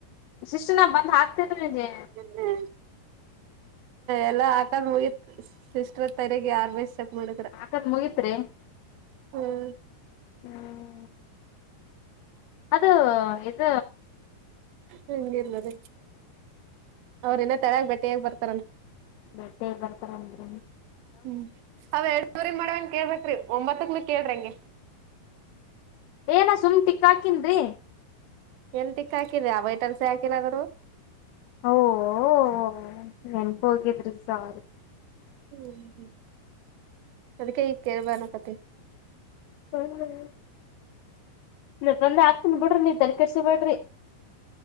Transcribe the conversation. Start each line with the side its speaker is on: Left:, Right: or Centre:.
Left: ಶಿಷ್ಟ ನಾ ಬಂದ ಹಾಕ್ತನ್ರೀ ಜೆ
Right: <unintelligible> ಎಲ್ಲಾ ಹಾಕೊದ ಮುಗೀತ ಸಿಸ್ಟ್ರ ತರಗೆ ಆರ್ಮೇ ಮಾಡತ್ರ
Left: ಹಾಕದ್ ಮುಗಿತ್ರಿ
Right: ಹ್ಮ
Left: ಹ್ಮ್ ಅದು ಇದ
Right: ಹಂಗ ಇರ್ಬದ ಅವ್ರ ಇನ್ನ ತೆಳಗ ಬಟ್ಟೆ ಆಗ ಬರ್ತಾರಂತ.
Left: ಬಟ್ಟೆ ಬರ್ತಾರ ಅಂದ್ರ
Right: ಹ್ಮ ಅವ ಎರಡುರಿ ಮಾಡ ಅನ ಕೇಳ್ಬೇಕ್ರೀ ಒಂಬತ್ತಕ್ನ ಕೇಳ್ರಿ ಹಂಗೆ
Left: ಏ ನಾ ಸುಮ್ ಟಿಕ್ಕ ಹಾಕನ್ರಿ.
Right: ಎನ ಟಿಕ್ಕ ಹಾಕಿದ್ಯಾ ವೈಟ್ಲ್ಸೆ ಹಾಕಿಲ್ಲದ್ರೂ.
Left: ಓ ಓ ನೆನ್ಪ ಹೋಗಿದ್ರಿ ಸಾ
Right: ಹ್ಮ ಅದಕ್ಕೆ ಈಗ ಕೇಳಬ ಅನಕತ್ತೀನಿ.
Left: ಹ್ಮ ನ ಬಂದ ಹಾಕ್ತನ ಬಿಡ್ರಿ ನೀ ತಲೆ ಕಡ್ಸಿ ಬಿಡ್ರ.